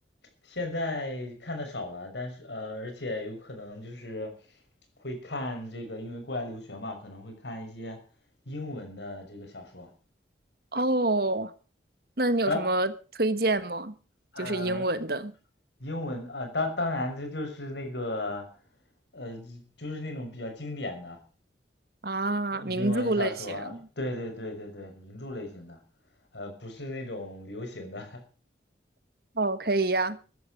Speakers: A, on the left; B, on the right.
A: 现在看的少了，但是呃，而且有可能就是会看这个，因为过来留学嘛，可能会看一些英文的这个小说。
B: 哦，那你有什么推荐吗？
A: 当呃，
B: 就是英文的
A: 英文啊、呃，当当然这就是那个呃，就是那种比较经典的，
B: 啊，名著类型。
A: 英文小说啊，对对对对对，名著类型的，呃，不是那种流行的，
B: 哦，可以呀。